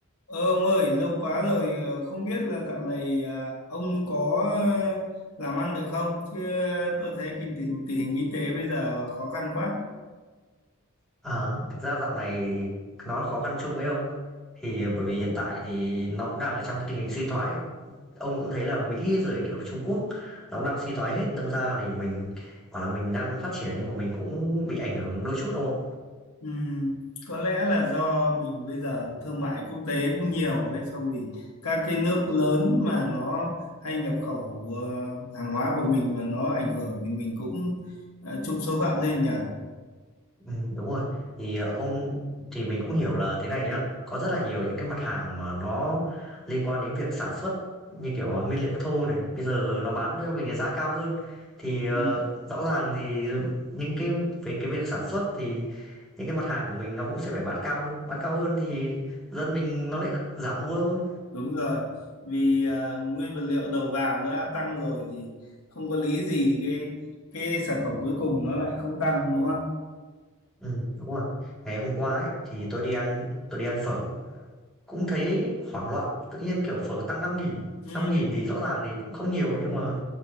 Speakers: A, on the left (about 75°); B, in the centre.
A: Ờ, ông ơi, lâu quá rồi, ờ, không biết là dạo này à, ông có ờ, làm ăn được không? Chứ tôi thấy kinh tình tình hình kinh tế bây giờ khó khăn quá.
B: À, thực ra dạo này nó là khó khăn chung ấy ông. Thì bởi vì hiện tại thì nó cũng đang ở trong cái tình hình suy thoái. Ông cũng thấy là Mỹ rồi kiểu Trung Quốc nó cũng đang suy thoái hết, đâm ra thì mình bảo là mình đang phát triển nhưng mà mình cũng bị ảnh hưởng đôi chút ông ạ.
A: Ừm, có lẽ là do mình bây giờ thương mại quốc tế cũng nhiều ấy, xong thì các cái nước lớn mà nó hay nhập khẩu ờ, hàng hóa của mình mà nó ảnh hưởng thì mình cũng ờ, chung số phận thôi nhỉ.
B: Ừm, đúng rồi. Thì, ờ, ông thì mình cũng hiểu là thế này nhá, có rất là nhiều những cái mặt hàng mà nó liên quan đến việc sản xuất như kiểu, ờ, nguyên liệu thô này, bây giờ nó bán cho mình cái giá cao hơn. Thì, ờ,
A: Ừm.
B: rõ ràng thì những cái về cái việc sản xuất thì những cái mặt hàng của mình nó cũng sẽ phải bán cao hơn, bán cao hơn thì dân mình nó lại giảm mua thôi.
A: Đúng rồi, vì à, nguyên vật liệu đầu vào nó đã tăng rồi thì không có lý gì cái cái sản phẩm cuối cùng nó lại không tăng đúng không?
B: Ừm, đúng rồi. Ngày hôm qua ấy, thì tôi đi ăn tôi đi ăn phở, cũng thấy hoảng loạn, tự nhiên, kiểu, phở tăng năm nghìn
A: Ừ,
B: năm nghìn thì rõ ràng thì cũng không nhiều nhưng mà